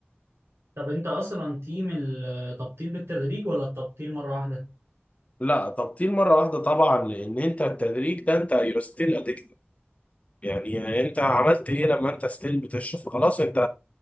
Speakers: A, on the right (about 85°); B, on the left (about 35°).
A: طب انت اصلا تيم التبطيل بالتدريج ولا التبطيل مرة واحدة؟
B: لا تبطيل مرة واحدة طبعا لأن أنت التدريج ده أنت يو ستيل أدكتد يعني أنت عملت إيه لما أنت ستيل بتشرب خلاص أنت